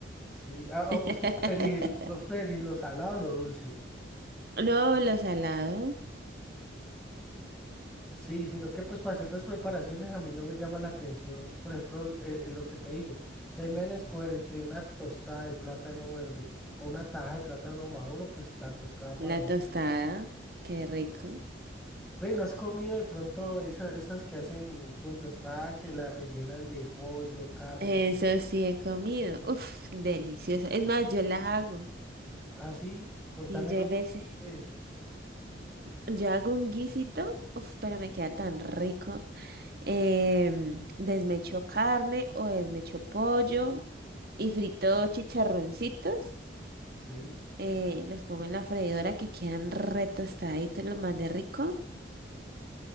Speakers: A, in the centre; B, on the right.
A: Sí, ah, oh,
B: <laughs>
A: pues qué preferís, el- los preferís, lo salado o lo dulce.
B: No, lo salado,
A: Sí, sino que pues para ciertas preparaciones a mí no me llama la atención, por ejemplo, eh, eh, lo que te digo, si ahí me van a escoger entre una tostada de plátano verde o una taja de plátano maduro, pues la tostada para
B: la
A: mí.
B: tostada,
A: siempre-
B: qué rico.
A: Ve, ¿no has comido de pronto esa- esas que hacen con tostada que la rellenan de pollo, carne?
B: Eso sí he comido. Uf, delicioso. Es más, yo las hago.
A: Ah, sí, contame
B: Y ya
A: cómo
B: hay veces.
A: es.
B: Yo hago un guisito, uf, pero me queda tan rico. Em, desmecho carne o desmecho pollo y frito chicharroncitos.
A: Sí,
B: Eh, los pongo en la freidora que quedan re tostaditos, lo más de rico.